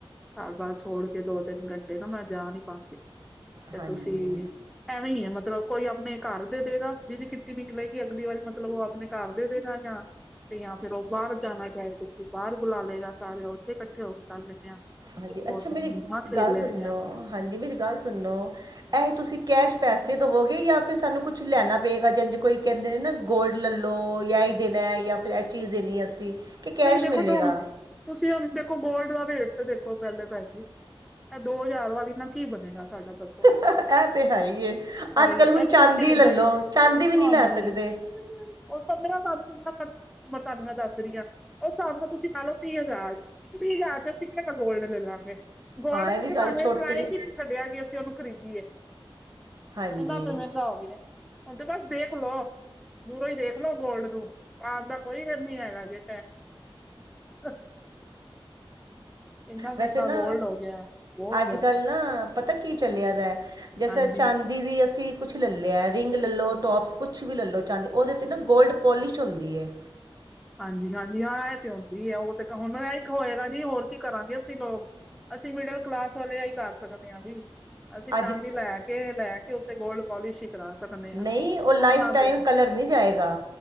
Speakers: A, in the centre; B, on the right.
A: ਘਰ ਬਰ ਛੋੜ ਕੇ ਦੋ ਤਿੰਨ ਘੰਟੇ ਨਾ ਮੈਂ ਜਾ ਨਹੀ ਪਾਉਂਦੀ ਤੇ
B: ਹਾਂਜੀ
A: ਤੁਸੀਂ ਐਵੇਂ ਹੀ ਹੈ, ਮਤਲਬ ਕੋਈ ਆਪਣੇ ਘਰ ਦੇ ਦੇਗਾ, ਜਿਹਦੀ ਕਿਟੀ ਨਿਕਲੇਗੀ ਅਗਲੀ ਵਾਰੀ ਮਤਲਬ ਉਹ ਆਪਣੇ ਘਰ ਦੇ ਦੇਗਾ ਜਾਂ। ਤੇ ਜਾਂ ਫੇਰ ਉਹ ਬਾਹਰ ਜਾਣਾ ਚਾਹੇ ਤੁਸੀਂ ਬਾਹਰ ਬੁਲਾ ਲਏਗਾ, ਸਾਰੇ ਉੱਥੇ ਇਕੱਠੇ ਹੋ ਕੇ ਕਰ ਲੈਂਦੇ ਆ।
B: ਹਾਂਜੀ,
A: ਦੋ
B: ਅੱਛਾ
A: ਤਿੰਨ
B: ਮੇਰੀ
A: ਗੇਮਾਂ ਖੇਡ
B: ਗੱਲ
A: ਲੈਂਦੇ
B: ਸੁਣੋ
A: ਆ
B: ਹਾਂਜੀ ਮੇਰੀ ਗੱਲ ਸੁਣੋ, ਇਹ ਤੁਸੀਂ ਕੈਸ਼ ਪੈਸੇ ਦੇਵੋਗੇ, ਜਾਂ ਫਿਰ ਸਾਨੂੰ ਕੁਛ ਲੈਣਾ ਪਏਗਾ, ਜਾਂ ਜੇ ਕੋਈ ਕਹਿੰਦੇ ਨੇ ਨਾ ਗੋਲਡ ਲੈ ਲਉ ਜਾਂ। ਦੇਣਾ ਜਾਂ ਫਿਰ ਇਹ ਚੀਜ਼ ਦੇਣੀ ਅਸੀਂ ਕਿ ਕੈਸ਼
A: ਨਹੀਂ ਦੇਖੋ,
B: ਮਿਲੇਗਾ
A: ਤੁਸੀਂ ਦੇਖੋ ਗੋਲਡ ਦਾ ਵੇਟ ਤੇ ਦੇਖੋ ਪਹਿਲੇ ਪੈ ਜੇ ਇਹ ਦੋ ਹਜ਼ਾਰ ਵਾਲੀ ਨਾ ਕੀ ਬਣੇਗਾ, ਸਾਡਾ ਦੱਸੋ।
B: ਇਹ ਤਾਂ ਹੈ ਹੀ ਹੈ,
A: ਉਹੀ
B: ਅੱਜ-ਕੱਲ੍ਹ
A: ਇਹ
B: ਹੁਣ ਚਾਂਦੀ
A: ਛੋਟੀ ਹੈ
B: ਲੈ
A: ਨਾ।
B: ਲਉ ਚਾਂਦੀ ਵੀ ਨਹੀਂ
A: ਹਾਂਜੀ
B: ਲੈ ਸਕਦੇ।
A: ਉਹ ਪੰਦਰਾਂ ਮਨਦਾ ਪੰਦਰਾਂ ਮੈਂਬਰ ਤੁਹਾਨੂੰ ਮੈਂ ਦੱਸ ਰਹੀ ਹਾਂ। ਉਹ ਸਾਹਮਣੇ ਤੁਸੀਂ ਮੰਨ ਲਓ, ਤੀਹ ਹਜ਼ਾਰ ਚ ਤੀਹ ਹਜ਼ਾਰ ਚ ਅਸੀਂ ਕਿਹੇ ਮੈਂ ਗੋਲਡ ਲੈ ਲਾਂਗੇ। ਗੋਲਡ
B: ਹਾਂ
A: ਨੇ
B: ਵੀ
A: ਤੇ ਸਾਨੂੰ
B: ਗੱਲ
A: ਇਹ
B: ਛੋਟੀ
A: ਸੁਲਾਇਆ ਕਿ ਛੱਡਿਆ ਕਿ ਅਸੀਂ ਉਹਨੂੰ ਖਰੀਦੀਏ,
B: ਹਾਂਜੀ
A: ਇਹਨਾਂ ਤੇ ਮਹਿੰਗਾ ਹੋ ਗਿਆ। ਹੁ ਤੇ ਬਸ ਦੇਖ ਲੋੋ ਦੂਰੋਂ ਹੀ ਦੇਖ ਲੋੋ, ਗੋਲਡ ਨੂੰ ਪਾਉਣ ਦਾ ਕੋਈ ਨੀ ਹੈਗਾ ਜੇ। <unintelligible> ਇੰਨਾ ਮਹਿੰਗਾ
B: ਵੈਸੇ ਨਾ
A: ਗੋਲਡ ਹੋ ਗਿਆ ਬਹੁਤ
B: ਅੱਜ-ਕੱਲ
A: ਜ਼ਿਆਦਾ
B: ਨਾ, ਪਤਾ ਕੀ ਚੱਲਿਆ, ਦਾ ਜੈਸੇ
A: ਹਾਂਜੀ
B: ਚਾਂਦੀ ਦੀ ਅਸੀਂ ਕੁਛ ਲੈ ਲਿਆ, ਰਿੰਗ ਲੈ ਲੋ ਟੋਪਸ ਕੁਛ ਵੀ ਲੈ ਲਉ, ਚਾਂਦੀ ਉਹਦੇ ਤੇ ਨਾ ਗੋਲਡ ਪੋਲਿਸ਼ ਹੁੰਦੀ ਹੈ।
A: ਹਾਂਜੀ-ਹਾਂਜੀ, ਹਾਂ ਇਹ ਤੇ ਹੁੰਦੀ ਉਹ ਤੇ ਹੁਣ ਇਹ ਹੋਏਗਾ, ਜੀ ਹੋਰ ਕੀ ਕਰਾਂਗੇ ਅਸੀਂ ਲੋਕ। ਅਸੀਂ ਮਿਡਲ ਕਲਾਸ ਵਾਲਿਆਂ ਹੀ ਕਰ ਸਕਦੇ ਹਾਂ ਵੀ। ਅਸੀਂ
B: ਅੱਜ
A: ਚਾਂਦੀ ਲੈ ਕੇ ਲੈ ਕੇ ਉੱਥਤੇ ਗੋਲਡ ਪੋਲਿਸ਼ ਹੀ ਕਰਾ ਸਕਦੇ ਹਾਂ,
B: ਨਹੀਂ ਉਹ ਲਾਈਫ
A: ਸੋਨਾ
B: ਟਾਈਮ
A: ਤੇ।
B: ਕਲਰ ਨਹੀਂ ਜਾਏਗਾ।